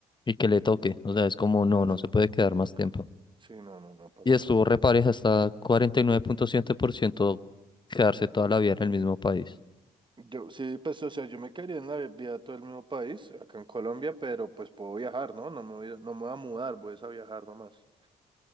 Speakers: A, on the left; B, on the right.
A: Y que le toque, o sea, es como
B: No,
A: no,
B: eso
A: no se puede
B: no
A: quedar
B: me toca.
A: más tiempo.
B: Sí, no, no, no, para
A: Y estuvo
B: nada.
A: repareja hasta cuarenta y nueve punto siete por ciento quedarse toda la vida en el mismo país.
B: Yo sí, pues, o sea, yo me quería en la vida todo el mismo país, acá en Colombia, pero pues puedo viajar, ¿no? No me voy, no me voy a mudar, voy es a viajar nomás.